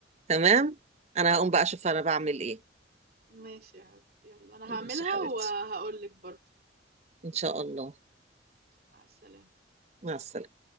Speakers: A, on the right; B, on the right.
A: تمام انا
B: حبيبتي
A: هقوم بقى اشوف انا بعمل ايه
B: ماشي يا حبيبتي يلا انا
A: ماشي
B: هعملها
A: يا حبيبتي
B: وهقولك برضه
A: ان شاء الله
B: مع السلامة
A: مع السلامه